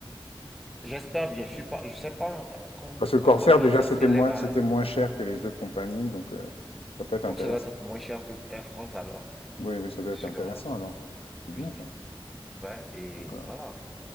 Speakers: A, in the centre; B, on the left (about 85°).
A: J'espère bien, je suis pas, je sais pas com-
B: Parce que Corsair,
A: à combien
B: déjà,
A: ça
B: c'était
A: s'élève
B: moins,
A: à...
B: c'était moins cher que les autres compagnies, donc euh, ça peut être intéressant.
A: Donc ça doit être moins cher que Air France alors,
B: Oui, oui, ça doit
A: sûrement.
B: être intéressant alors. C'est
A: Oui,
B: bien ça.
A: oui. Ouais, et
B: D'accord.
A: voilà.